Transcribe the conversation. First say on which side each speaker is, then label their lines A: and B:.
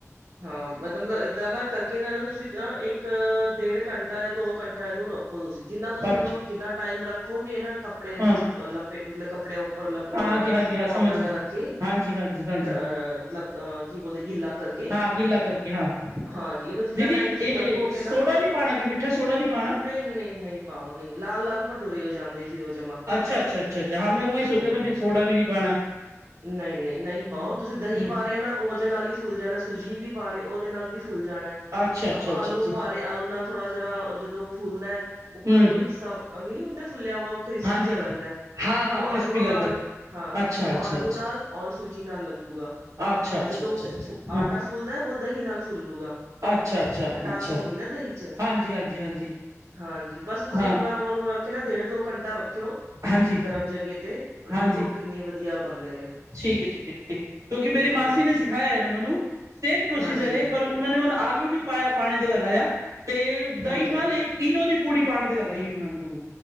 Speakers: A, on the right (about 60°); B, on the right (about 75°).
A: ਹਾਂ ਮਲਬ ਏਦਾਂ ਨਾ ਕਰਕੇ ਇਹ ਨਾ ਤੁਸੀਂ ਇੱਕ ਡੇਢ ਘੰਟਾ ਜਾਂ ਦੋ ਘੰਟਾ ਇਹਨੂੰ ਰੱਖੋ ਰੱਖੋ ਤੁਸੀਂ ਜਿੰਨਾ ਤੁਸੀਂ
B: ਅੱਛਾ
A: ਇਹਨੂੰ ਜਿੱਦਾਂ ਟਾਈਮ ਰੱਖੋਗੇ ਨਾ ਕੱਪੜੇ ਵਿੱਚ
B: ਹਾਂ
A: ਅਹ ਲੱਪੇ ਮਤਲਬ ਕੱਪੜੇ ਲ
B: ਹਾਂਜੀ ਹਾਂਜੀ ਹਾਂ
A: ਕੋਟਨ
B: ਸਮਝ ਗਈ
A: ਦਾ ਰੱਖੇ
B: ਹਾਂਜੀ ਹਾਂਜੀ ਹਾਂਜੀ
A: ਅ ਮਤਲਬ ਕੀ ਬੋਲਦੇ ਗਿੱਲਾ ਕਰਕੇ
B: ਹਾਂ ਗਿੱਲਾ ਕਰਕੇ ਹਾਂ
A: ਹਾਂਜੀ ਇਹਨੂੰ ਜਿੰਨਾ
B: ਦੀਦੀ
A: ਟਾਈਮ ਤੁਸੀਂ
B: ਇਹ
A: ਰੱਖੋਗੇ
B: ਸੋਡਾ
A: ਨਾ
B: ਨਹੀਂ ਪਾਉਣਾ ਕਿ ਮਿੱਠਾ ਸੋਡਾ ਨਹੀਂ ਪਾਉਣਾ
A: ਨਹੀਂ ਨਹੀਂ ਨਹੀਂ ਪਾਓ ਨਹੀਂ ਲਾਲ ਲਾਲ ਭਟੂਰੇ ਹੋ ਜਾਂਦੇ ਫਿਰਰ ਉਹ ਜਮਾ
B: ਅੱਛਾ ਅੱਛਾੱ ਉਹੀ
A: ਹਮ
B: ਨਾ ਫਿਰ ਸੋਡਾ ਵੀ ਨੀ ਪਾਣਾ
A: ਨਹੀਂ ਨਹੀਂ ਨਹੀਂ ਪਾਓ
B: ਹੂੰ
A: ਤੁਸੀਂ ਦਹੀਂ ਪਾ ਰਹੇ ਨਾ ਉਹਦੇ ਨਾਲ ਹੀ ਫੁੱਲ ਜਾਣਾ ਸੂਜੀ ਵੀ ਪਾ ਰਹੇ ਉਹਦੇ ਨਾਲ ਵੀ ਫੁੱਲ ਜਾਣਾ
B: ਅੱਛਾ ਅੱਛਾ
A: ਆਪਾਂ
B: ਅੱਛਾ
A: ਆਲੂ
B: ਅੱਛਾ
A: ਪਾ ਤੇ ਆਲੂ ਨਾਲ ਥੋੜਾ ਜਿਹਾ ਜਦੋਂ ਫੁੱਲਦਾ ਉੱਪਰਾ
B: ਹੂੰ
A: ਜੋ ਹਿੱਸਾ ਨਹੀਂੀ ਹੁੰਦਾ ਫੁੱਲਿਆ ਵਾ ਕ੍ਰਿਸਪੀ
B: ਹਾਂਜੀ
A: ਜਿ ਲੱਗਦਾ ਹੈ
B: ਹਾਂ ਹਾਂ
A: ਉਹ ਆਲੂ
B: ਕ੍ਰਿਸਪੀ ਲੱਗਦਾ
A: ਨਾਲ ਹਾਂ
B: ਅੱਛਾ
A: ਉਹ
B: ਅੱਛਾ
A: ਆਲੂ
B: ਅੱਛਾ
A: ਨਾਲ ਔਰ ਸੂਜੀ ਨਾਲ ਲੱਗੂਗਾ
B: ਅੱਛਾ ਅੱਛਾ
A: ਜਦੋਂ
B: ਅੱਛਾ ਅੱਛਾ
A: ਆਟਾ
B: ਹਾਂ
A: ਫੁੱਲਦਾ ਉਹ ਦਹੀਂ ਨਾਲ ਫੁੱਲੂਗਾ
B: ਅੱਛਾ ਅੱਛਾ
A: ਖਟਾਸ
B: ਅੱਛਾ
A: ਹੁੰਦੀ ਨਾ ਦਹੀਂ ਚ
B: ਹਾਂਜੀ ਹਾਂਜੀ ਹਾਂਜੀ
A: ਹਾਂਜੀ ਬਸ ਤੁਸੀਂ
B: ਹਾਂ
A: ਇੱਕ ਵਾਰ ਉਹਨੂੰ ਰੱਖਿ ਨਾ ਡੇਢ ਦੋ ਘੰਟਾ ਰੱਖਿਓ
B: ਹਾਂਜੀ
A: ਗਰਮ ਜਗ੍ਹੇ ਤੇ
B: ਹਾਂਜੀ
A: ਦੇਖੋ ਕਿੰਨੇ ਵਧੀਆ ਬਣਦੇ ਨੇ
B: ਠੀਕ ਹੈ ਕਿਉਂਕਿ ਮੇਰੀ
A: ਹਮ
B: ਮਾਸੀ ਨੇ ਸਿਖਾਇਆ ਹੈ ਨਾ ਮੈਨੂੰ ਸੇਮ ਪ੍ਰੋਸੀਜਰ
A: ਹਾਂਜੀ
B: ਪਰ ਉਹਨਾਂ ਨੇ ਮਨ ਆਲੂ ਨੀ ਪਾਇਆ ਪਾਣੇ ਤੇ ਲਗਾਇਆ ਤੇ
A: ਹਾਂਜੀ
B: ਦਹੀਂ ਨਾਲ ਇੱਕ ਇਨੋ ਦੀ ਪੂੜ ਪਾਉਣ ਤੇ ਲਗਾਈ ਸੀ ਉਹਨਾਂ ਨੇ ਮੈਨੂੰ